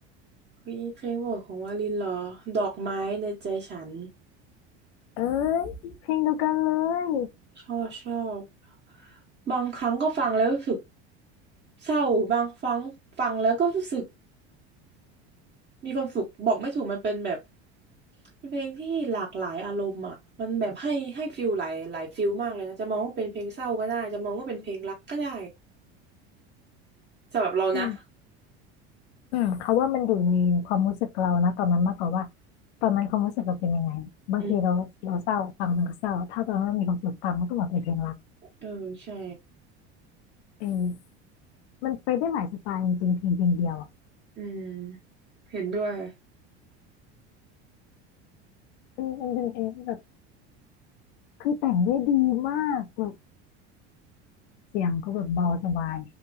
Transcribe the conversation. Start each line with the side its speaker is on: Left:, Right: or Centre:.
Right: เฮ้ยเพลงโปรดของวาลินเหรอดอกไม้ในใจฉัน
Left: เอ้ยเพลงเดียวกันเลย
Right: ชอบชอบบางครั้งก็ฟังแล้วรู้สึกเศร้าบางครั้งฟังแล้วก็รู้สึกมีความสุขบอกไม่ถูกมันเป็นแบบเพลงที่หลากหลายอารมณ์อ่ะมันแบบให้ให้ฟิลหลายหลายฟิลมากเลยนะจะมองว่าเป็นเพลงเศร้าก็ได้จะมองว่าเป็นเพลงรักก็ได้สำหรับเรานะ
Left: อืมอืมเขาว่ามันอยู่ในความรู้สึกเรานะตอนนั้นมากกว่าว่าตอนนั้นความรู้สึกเราเป็นยังไงบางทีเราเราเศร้าฟังมันก็เศร้าถ้าตอนนั้นเรามีความสุขฟังมันก็ต้องแบบเป็นเพลงรัก
Right: อืมเออใช่
Left: เออมันไปได้หลายสไตล์จริงๆเพลงเพลงเดียวอ่ะ
Right: อืมเห็นด้วย
Left: มันมันเป็นเพลงที่แบบคือแต่งได้ดีมากแบบเสียงก็แบบเบาสบาย